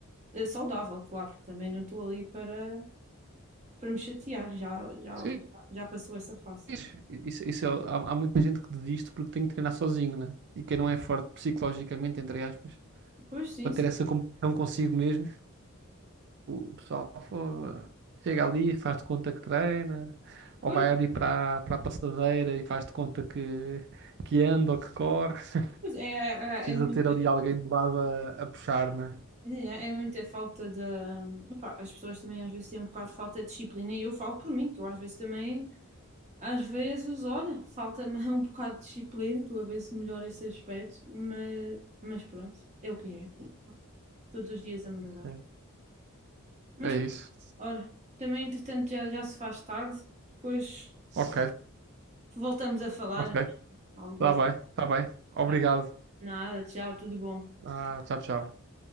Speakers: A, on the right; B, on the right.
A: Eh, Saudável, claro, também não estou ali para. para me chatear, já, já,
B: Sim.
A: já passou essa fase.
B: Isso, isso, isso é- há, há muita gente que desiste porque tem que treinar sozinho, né? E quem não é forte psicologicamente, entre aspas,
A: Pois sim,
B: para
A: sim.
B: ter essa competição consigo mesmo. O pessoal fo- chega ali, faz de conta que treina,
A: Pois,
B: ou vai ali para para a passadeira e faz de conta que, que anda ou que corre. <laughs>
A: pois é, é,
B: Precisa
A: é, muito-
B: ter ali alguém do lado a, a puxar, né?
A: é, é muita falta de. opá, as pessoas também às vezes têm um bocado de falta de disciplina e eu falo por mim, que eu às vezes também, às vezes, olha, falta-me <laughs> um bocado de disciplina, tu a ver se melhora esse aspecto, mas, mas pronto, é o que é. Todos os dias a melhorar.
B: Sim.
A: Mas
B: É isso.
A: olha, também entretanto já, já se faz tarde, depois
B: Ok,
A: voltamos a falar.
B: ok.
A: Alguns,
B: Tá bem, tá bem. Obrigado.
A: vá, nada, tchau, tudo bom.
B: Ah, tchau, tchau.